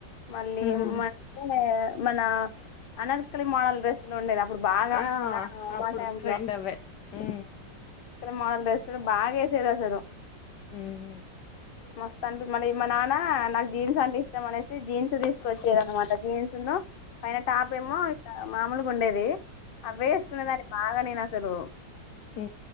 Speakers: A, on the left; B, on the left.
A: మళ్ళీ
B: ఆ
A: <unintelligible> మన అనర్కలి మోడల్ డ్రెస్సులు ఉండేది అప్పుడు బాగా
B: ఆ
A: నా
B: అప్పుడు
A: మా టైమ్
B: ట్రెండ్ అవే ఊ
A: మోడ్రన్ డ్రెస్లు బాగా ఏసేది అసలు
B: ఉమ్
A: మస్త్ అనిపి మళ్ళ మా నాన్న నాకు జీన్స్ అంటే ఇష్టం అనేసి జీన్స్ తీసుకొచ్చేది అనమాట జీన్స్ ను పైన టాప్ ఏమో మామూలుగా ఉండేది ఆ వేసుకుదని బగా నేను సలో
B: హ